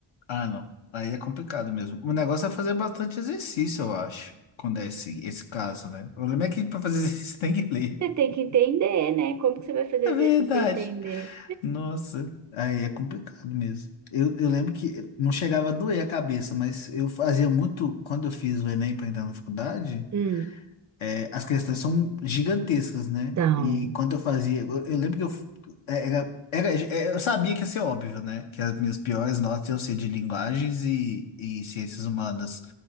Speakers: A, on the left (about 70°); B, on the right (about 40°).
A: Ah, não. Aí é complicado mesmo. O negócio é fazer bastante exercício, eu acho, quando é esse, esse caso, né? O problema é que para fazer <laughs> exercício você tem que ler.
B: Você tem que entender, né? Como que você vai fazer
A: É verdade.
B: exercício sem entender?
A: Nossa, aí é complicado mesmo. Eu, eu lembro que não chegava a doer a cabeça, mas eu fazia muito, quando eu fiz o Enem para entrar na faculdade,
B: Hum,
A: é, as questões são gigantescas, né?
B: Então.
A: E quando eu fazia, eu, eu lembro que eu f- é, era, era, é, eu sabia que ia ser óbvio, né? Que as minhas piores notas iam ser de linguagens e, e ciências humanas.